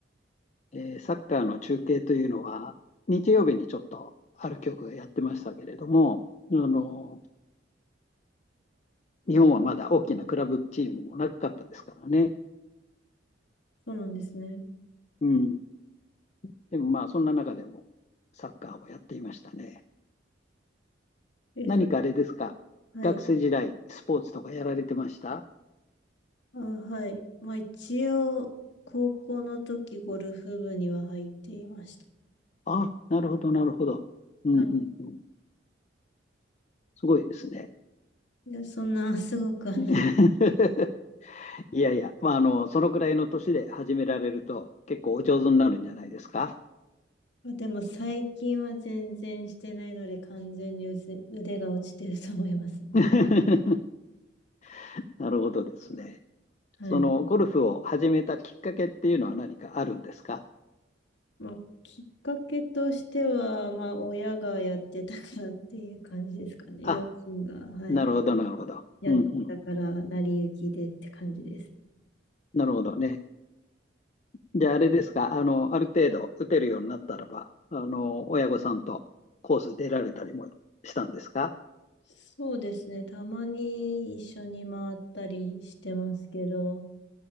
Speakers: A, on the left; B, on the left.
A: えーサッカーの中継というのは日曜日にちょっとある局がやってましたけれども、あの日本はまだ大きなクラブチームもなかったですからね。
B: そうなんですね。
A: うん、でもまあ、そんな中でもサッカーをやっていましたね。
B: え、
A: 何かあれですか、
B: それ、はい。
A: 学生時代、スポーツとかやられてました
B: あ、はい。まあ一応、高校の時ゴルフ部には入っていました。
A: あ、なるほど、なるほど。うんうんうん、
B: は
A: すごいですね。
B: いいや、そんなすごくはない。
A: <laughs> いやいや、まあ、あの、そのくらいの年で始められると、結構お上手になるんじゃないですか。
B: まあでも最近は全然してないので完全にうぜ腕が落ちてると思いますね。
A: <laughs> なるほどですね。
B: はい。
A: そのゴルフを始めたきっかけっていうのは何かあるんですか
B: まあ、きっかけとしては、まあ、親がやってたからっていう感じですかね。
A: あ、
B: 両親が、はい。
A: なるほど、なるほど。
B: やってたから、
A: うんうん、
B: 成り行きでって感じです。
A: なるほどね。じゃああれですか、あの、ある程度打てるようになったらば、あの、親御さんとコース出られたりもしたんですか
B: そうですね。たまに一緒に回ったりしてますけど、